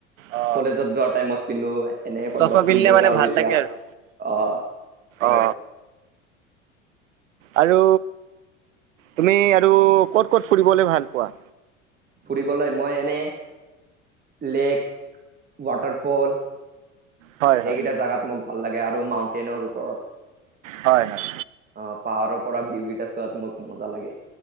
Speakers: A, on the right (about 70°); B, on the right (about 25°).
A: অ
B: কলেজত যোৱাৰ টাইমত পিন্ধো, এনেয়ে কৰবাত
A: চশমা
B: ফুৰিব
A: পিন্ধিলে মানে
B: যাওঁ
A: ভাল
B: যেতিয়া,
A: লাগে আৰু
B: অ হয়।
A: অ আৰু তুমি আৰু ক'ত ক'ত ফুৰিবলে ভাল পোৱা?
B: ফুৰিবলৈ মই এনেই লেক, ৱাটাৰফল,
A: হয়
B: এইকেইটা
A: হয়
B: জেগাত মোক ভাল লাগে আৰু মাউন্টেইনৰ ওপৰত।
A: হয় হয়
B: অ', পাহাৰৰ পৰা ভিউ কেইটা চোৱাত মোক মজা লাগে।